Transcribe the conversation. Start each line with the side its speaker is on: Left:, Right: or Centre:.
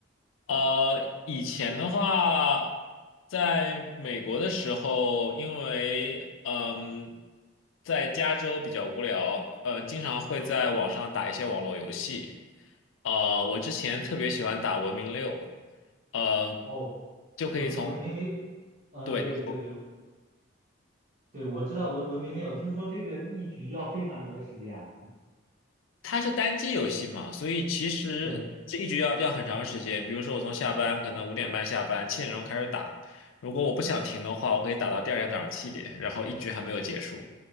Left: 呃，以前的话，在美国的时候，因为嗯，在加州比较无聊，嗯，经常会在网上打一些网络游戏。呃，我之前特别喜欢打《文明六》，呃，
Right: 哦，
Left: 就可以从。
Right: 文文明历，嗯，
Left: 对。
Right: 对对对，对，我知道文文明令，我听说这个一局要非常多时间啊。
Left: 它是单机游戏嘛，所以其实这一局要要很长时间。
Right: 对，
Left: 比如说，我从下班可能五点半下班，七点钟开始打。如果我不想停的话，我可以打到第二天早上七点，然后一局还没有结束。